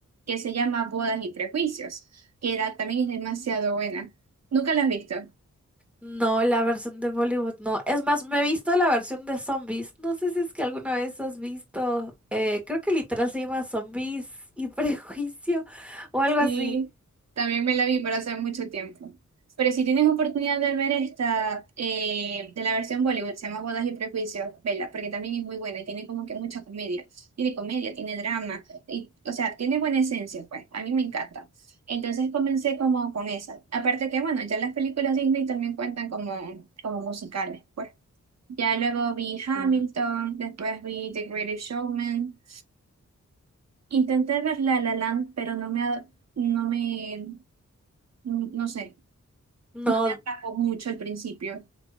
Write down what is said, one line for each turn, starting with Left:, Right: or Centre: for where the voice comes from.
Right: que se llama Bodas y Prejuicios, que era- también es demasiado buena. ¿Nunca la has visto?
Centre: No, la versión de Bollywood no. Es más, me he visto la versión de zombies. No sé si es que alguna vez has visto. eh, creo que literal se llama Zombies y <laughs> Prejuicio o algo
Right: Sí,
Centre: así.
Right: también me la vi para hace mucho tiempo. Pero si tienes oportunidad de ver esta eh, de la versión Bollywood, se llama Bodas y Prejuicios, vela, porque también es muy buena y tiene como que mucha comedia. Tiene comedia, tiene drama, y, o sea, tiene buena esencia, pues. A mí me encanta. Entonces comencé como con esa. Aparte que, bueno, ya las películas Disney también cuentan como, como musicales, pues. Ya luego vi Hamilton,
Centre: Ah,
Right: después vi The Greatest Showman. Intenté ver La La Land, pero no me, ha- no me mm, no sé,
Centre: No,
Right: no me atrapó mucho al principio.